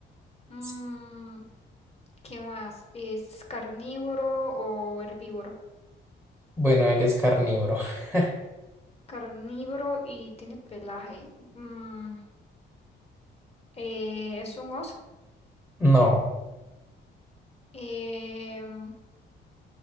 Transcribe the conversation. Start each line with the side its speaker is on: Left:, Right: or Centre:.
Left: Mm,
Centre: S-
Left: ¿qué más? ¿Es carnívoro o herbívoro?
Centre: Bueno, él es carnívoro. <laughs>
Left: Carnívoro y tiene pelaje. Mm, eh, ¿es un oso?
Centre: No,
Left: Em,